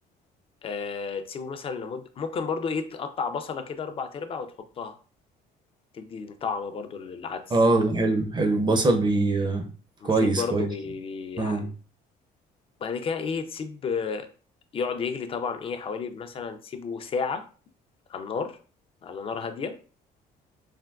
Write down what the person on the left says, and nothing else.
آه تسيبه مثلا لمدة ممكن برضو ايه تقطع بصلة كده اربع ارباع وتحطها تدي طعم برضو للعدس
مفيد
برضو
بي... بي...
بعد كده ايه تسيب آه، يقعد يغلي طبعا ايه حوالي مثلا تسيبه ساعة على النار على نار هادية